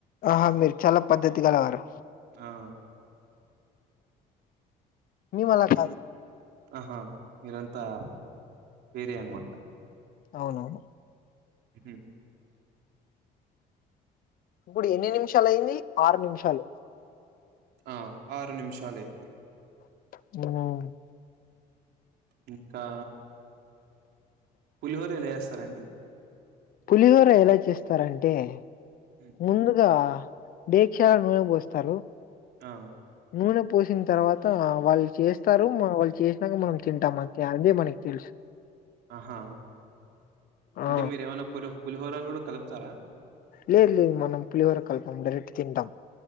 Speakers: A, on the left; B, on the right.
A: ఆహా! మీరు చాలా పద్ధతి గలవారు.
B: ఆ.
A: మీ వలా కాదు.
B: ఆహా మీరంతా, వేరే అన్నమాట. !
A: అవునవును.
B: హ
A: ఇప్పుడు ఎన్ని నిమిషాలు అయింది? ఆరు నిమిషాలు. !
B: ఆ ఆరు నిమ్షాలైంది.
A: <unintelligible>
B: ఇంకా. పులిహోర ఎలా ఎస్తారండి.? !
A: పులిహోర ఎలా చేస్తారంటే. !
B: హ్మ్.
A: ముందుగా. దీక్షాల నునె బోస్తారు.
B: ఆ.
A: నూనె పోసిన్తర్వాత, వాళ్ళు చేస్తారు మన వాళ్ళు చేసినాక మనం తింటాం అంతే, అదే మనకి తెలుసు.
B: ఆహా!
A: ఆ
B: అంటే మీరేమన్న పులీహో. పులిహోరలు గూడా కలుప్తారా. !
A: లేదు, లేదు మనం పులిహోర కల్పం డైరెక్ట్ తింటాం.